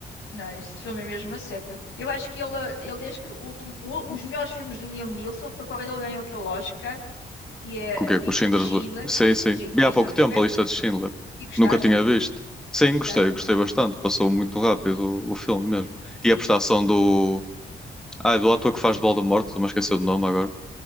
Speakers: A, on the left; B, in the centre.
A: não, esse filme é mesmo uma seca. Eu acho que ele, ele acho que o último, o- os melhores filmes do Liam Neeson foi quando ele ganhou aquele Oscar, que é
B: com o que
A: A Lista
B: é que o Schindler.
A: de Schindler.
B: Sim, sim.
A: Sim,
B: Vi
A: isso
B: há pouco
A: é um espetáculo.
B: tempo a lista de Schindler.
A: E gostaste?
B: Nunca tinha visto. Sim,
A: E gostaste?
B: gostei, gostei bastante. Passou muito rápido o, o filme mesmo. E a prestação do. Ah, do ator que faz de Voldemort, estou-me a esquecer do nome agora.